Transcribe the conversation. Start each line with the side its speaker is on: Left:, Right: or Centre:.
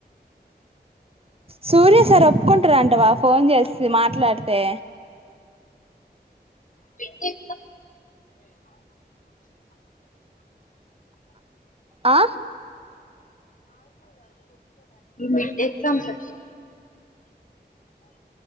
Right: సూర్య సార్ ఒప్పుకుంటారంటావా ఫోన్ చేసి మాట్లాడితే
Left: బిడ్డకి
Right: ఆ
Left: మిడ్డ ఎజామ్స్